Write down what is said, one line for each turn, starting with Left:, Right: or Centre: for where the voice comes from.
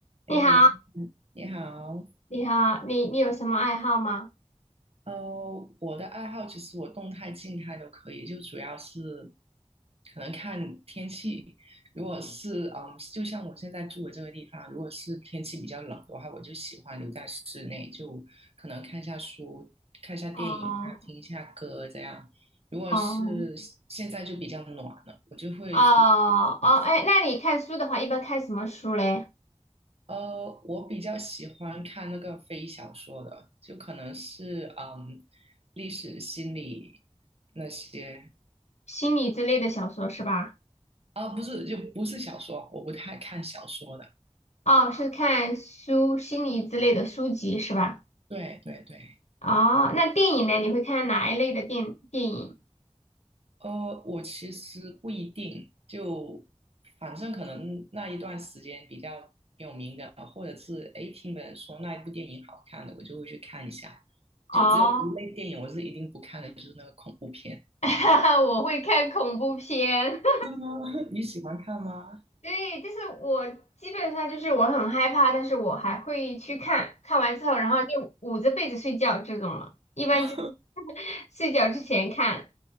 Right: 哎，
Left: 你好，
Right: 你好，
Left: 你好，你你有什么爱好吗？
Right: 呃，我的爱好其实我动态、静态都可以，就主要是可能看天气。如果是嗯，就像我现在住的这个地方，如果是天气比较冷的话，我就喜欢留在室内，就可能看一下书、看一下电影啊，
Left: 哦
Right: 还有听一下歌这样。如果是现在就比较暖了，
Left: 哦
Right: 我就会出去走一走。
Left: 哦哦，哎，那你看书的话，一般看什么书嘞？
Right: 呃，我比较喜欢看那个非小说的，就可能是嗯，历史、心理那些
Left: 心理之类的小说是吧？
Right: 啊，不是，就不是小说，我不太看小说的。
Left: 哦，是看书，心理之类的书籍是吧？
Right: 对对对，
Left: 哦，那电影呢？你会看哪一类的电电影？
Right: 呃，我其实不一定，就反正可能那一段时间比较有名的，或者是诶听别人说那一部电影好看的，我就会去看一下。
Left: 哦，
Right: 就只有一类电影我是一定不看的，就是那个恐怖片。
Left: <laughs> 我会看恐怖片。<laughs>
Right: 是吗？<laughs> 你喜欢看吗？
Left: 对，就是我基本上就是我很害怕，但是我还会去看，看完之后，然后就捂着被子睡觉这种了。一般就
Right: <laughs>
Left: <laughs> 睡觉之前看，